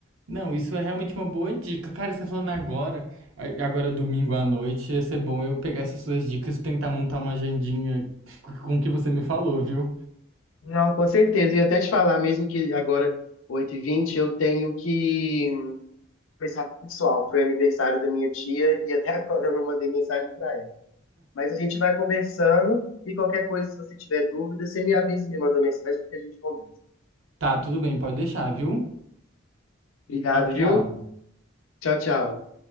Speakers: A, on the right; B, on the left.
A: Não, isso é realmente uma boa dica. Cara, você falando agora, a- agora é domingo à noite, ia ser bom eu pegar essas suas dicas e tentar montar uma agendinha com o que você me falou, viu?
B: Não, com certeza. E até te falar mesmo que agora, oito e vinte eu tenho que pensar, pessoal, foi aniversário da minha tia e até <laughs> agora eu não mandei mensagem para ela. Mas a gente vai conversando e qualquer coisa, se você tiver dúvida, você me avisa, me manda uma mensagem que a gente conversa.
A: Tá, tudo bem, pode deixar, viu?
B: Obrigado,
A: Tchau, tchau.
B: viu? Tchau, tchau.